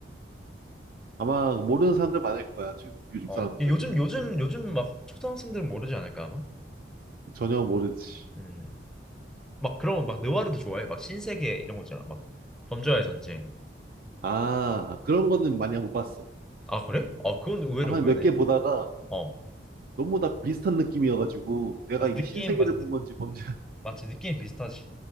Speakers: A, on the right (about 55°); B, in the centre.
A: 아마 모르는 사람들 많을 거야. 최근 요즘
B: 어,
A: 사람들은
B: 이 요즘 요즘 요즘 막 초등학생들은 모르지 않을까 아마.
A: 전혀 모르지.
B: 음. 막 그런 막 느와르도 좋아해. 막 신세계 이런 거 있잖아. 막 범죄와의 전쟁.
A: 아, 그런 거는 많이 못 봤어.
B: 아, 그래? 아, 그건 의외로
A: 한
B: 의외네.
A: 몇 개 보다가
B: 어.
A: 너무 다 비슷한 느낌이어가지고 내가
B: 맞아,
A: 이게
B: 느낌
A: 신세계를
B: 맞아.
A: 본
B: 느,
A: 건지 범죄. <laughs>
B: 맞지. 느낌 비슷하지.